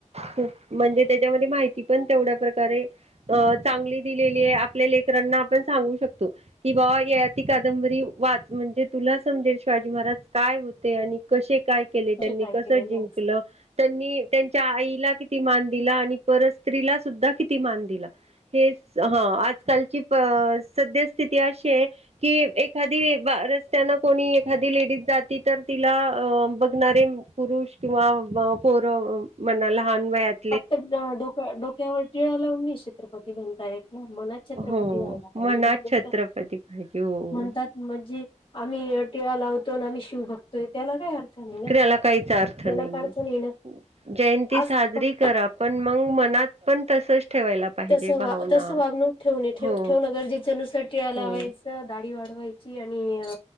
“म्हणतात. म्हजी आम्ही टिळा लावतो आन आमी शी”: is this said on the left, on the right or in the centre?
Left